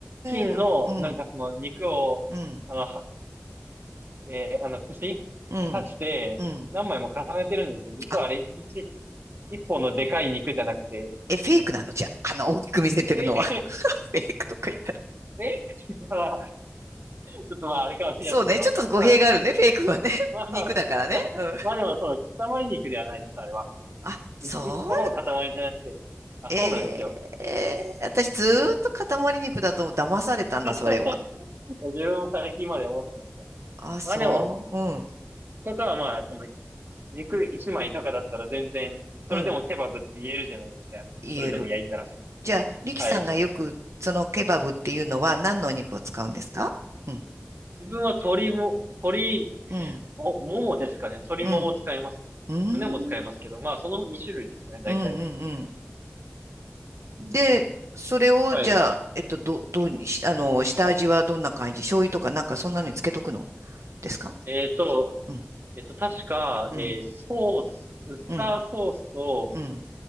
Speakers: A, on the right; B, on the right.
A: チキンの、
B: え、なうん、
A: なんかその肉を、
B: うん、
A: あの、はえーあの、串
B: うん。
A: 刺して、
B: うん
A: 何枚も重ねてるんですよ。実はあれ、
B: あ、
A: 一、一本のでかい肉じゃなくて、
B: え、フェイクなのじゃあ、あの、大きく見せてるのは。
A: フェイク、
B: <laughs> フェイクとか言ったら。
A: フェイクって言ったらちょっとまあ、あれかもしれないですけど、
B: そうね、ちょっと語弊があるね、
A: まあ、
B: フェイクはね。<laughs>
A: まあ、
B: 肉だからね。
A: <laughs>
B: うん。
A: まあでもそう、塊肉ではないです、あれは。
B: あ、そ
A: い一個の塊じゃなくて。あ、
B: うえー、
A: そうなんですよ。
B: えー私ずーっと塊肉だと騙されたんだ、
A: <laughs>
B: それは。
A: 自分も最近まで思ってました。
B: あ、そう。
A: まあでも、
B: うん、
A: ことはまあ、その肉一枚とかだったら全然、それでもケバブって言えるじゃないですか。
B: うん、言える。
A: それでも焼いたら。
B: じゃあ、リキさんがよく、
A: はい。
B: そのケバブっていうのは何のお肉を使うんですかうん、
A: 自分は鶏も、鶏
B: うん、
A: も、ももですかね。鶏もも使います。
B: うん、うん、
A: 胸も使いますけど、
B: うん、
A: まあ、その2種類ですかね、大体。
B: うん、うん。で、それを、
A: はい。
B: じゃあ、えっと、ど、どうにし、あの、下味はどんな感じ醤油とかなんかそんなのにつけとくのですか
A: えっと、
B: うん、
A: えっと、確か、
B: うん、
A: えーソース、ウスターソースと、
B: うん、うん、